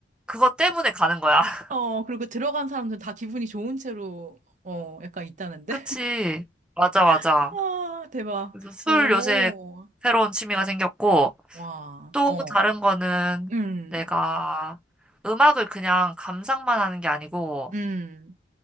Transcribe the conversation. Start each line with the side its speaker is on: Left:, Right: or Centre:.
Centre: 그거 때문에 가는 거야. <laughs>
Right: 어, 그리고 들어간 사람들 다 기분이 좋은 채로 어, 약간 있다는데.
Centre: 그치. 맞아, 맞아.
Right: <laughs> 아, 대박.
Centre: 그래서 술
Right: 오.
Centre: 요새 새로운 취미가 생겼고,
Right: 와.
Centre: 또
Right: 어.
Centre: 다른 거는
Right: 음.
Centre: 내가 음악을 그냥 감상만 하는 게 아니고,
Right: 음.